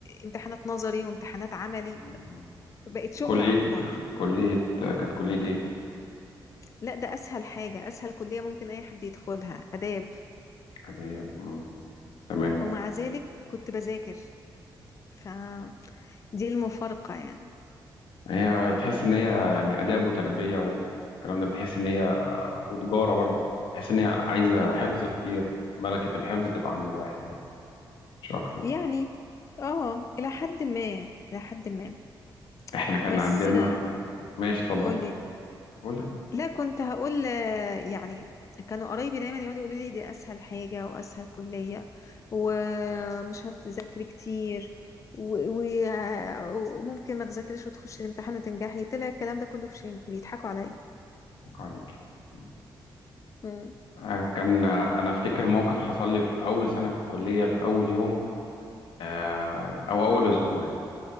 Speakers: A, on the left; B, on the left.
A: امتحانات نظري وامتحانات عملي
B: عمال- آه.
A: بقت شغل
B: كلية
A: أكبر
B: كلية كانت كلية ايه
A: لا ده أسهل حاجة أسهل كلية ممكن أي حد يدخلها آداب
B: عادية مم. تمام
A: ومع ذلك كنت بذاكر فدي المفارقة يعني
B: هي تحس ان هي يعني آداب وتربية والكلام ده بتحس ان هي وتجارة برضه تحس ان هي عايزة
A: م.
B: حفظ كتير ملكة الحفظ تبقى عند الواحد يعني مش اكتر
A: يعني اه إلى حد ما إلى حد ما
B: احنا كان
A: بس
B: عندنا
A: آه،
B: ماشي اتفضل
A: قولي
B: قولي
A: لا كنت هقول آه، يعني كانوا قرايبي دايما يقعدوا يقولوا لي دي اسهل حاجه واسهل كليه ومش هتذاكري كتير و- و- آه، وممكن ما تذاكريش وتخشي الامتحان وتنجحي طلع الكلام ده كله في شنك بيضحكوا عليا
B: أتوقع عليك مم.
A: مم.
B: آه، كان انا افتكر موقف حصل لي في اول سنة في الكلية في اول يوم آه، او اول اسبوع يعني